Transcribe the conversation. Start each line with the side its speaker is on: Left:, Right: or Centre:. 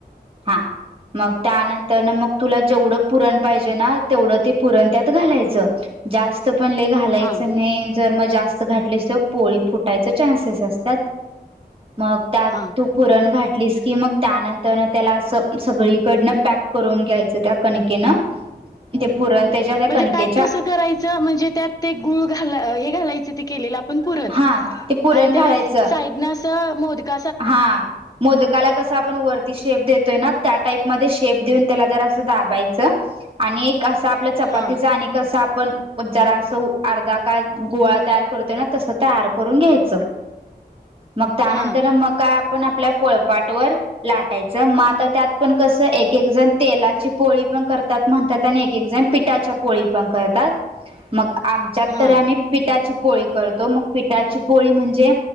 Right: हा, मग त्यानंतर ना मग तुला जेवढं पुरण पाहिजे ना तेवढं ते पुरण त्यात घालायचं. जास्त पण ल घालायचं
Left: हा
Right: नाही, जर मग जास्त घातली तर पोळी फुटायचे चान्सेस असतात. मग त्यात
Left: हा
Right: तू पुरण घातलीस की मग त्यानंतर त्याला अस सगळीकडन पॅक करून घ्यायच त्या कणिकेन ते पुरण त्याच्या त्या कणकेत
Left: मग ते पॅक कसं करायचं म्हणजे त्यात ते गुळ घाला हे घालायच ते केलेलं. पण पूरण
Right: हा ते पुरण
Left: त्याला
Right: घालायचं
Left: साईड न असं मोदका.
Right: हा मोदकाला कस आपण वरती <unintelligible> शे देतोय त्या टाईप म शेप देऊन त्याला ज अस दायच आणि आपल्या चपातीचा
Left: हा
Right: आणि कस आपण जरा असं अर्धा का गोळा तयार करतोय ना तसं तयार करून घ्यायचं मग त्यानंतर
Left: हा
Right: मग काय आपण आपल्या पोळ पाट वर लाटायचं म आात त्यात पण कस एक एक जण तेलाची पोळी पण करतात म्हणतात आणि एकण पिठाच्या पोळी पण करतात मग आमच्या
Left: हा
Right: तरी पठाची पोळी करतो मग पाची पोळी म्हणजे